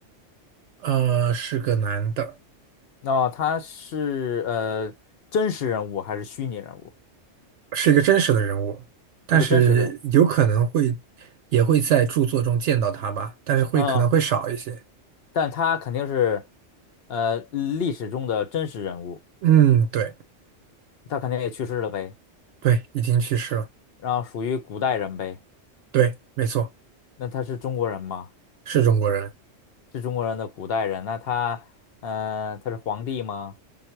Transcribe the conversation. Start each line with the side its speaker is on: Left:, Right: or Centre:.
Right: 呃，是个男的，
Left: 那、他是呃真实人物还是虚拟人物？
Right: 是一个真实的人物，但是有可能会
Left: 是个真实人物，
Right: 也会在著作中见到他吧，但是会可能会少一些。
Left: 嗯，但他肯定是呃历史中的真实人物，
Right: 嗯，对
Left: 他肯定也去世了呗，
Right: 对，已经去世了。
Left: 然后属于古代人呗，
Right: 对，没错，
Left: 那他是中国人吗？
Right: 是中国人。
Left: 是中国人的古代人，那他，呃，他是皇帝吗？